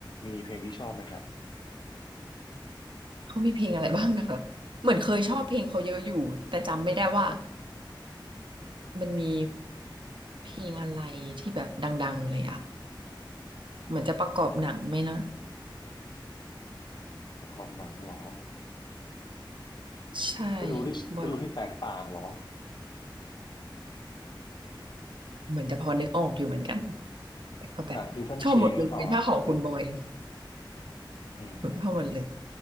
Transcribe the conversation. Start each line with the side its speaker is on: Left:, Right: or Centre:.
Left: มีเพลงที่ชอบไหมฮะ
Right: เขามีเพลงอะไรบ้างนะคะเหมือนเคยชอบเพลงเขาเยอะอยู่แต่จำไม่ได้ว่ามันมีเพลงอะไรที่แบบดังๆเลยอะเหมือนจะประกอบหนังไหมนะ
Left: ประกอบหนังเหรอ
Right: ใช่
Left: ฤดูที่ฤดูที่แตกต่างเหรอ
Right: บอยเหมือนจะพอนึกออกอยู่เหมือนกันแต่ก็แบบชอบหมดเลยถ้าของคุณบอย
Left: หนังซีซันเชงหรือเปล่าครับอืม
Right: แบบชอบหมดเลย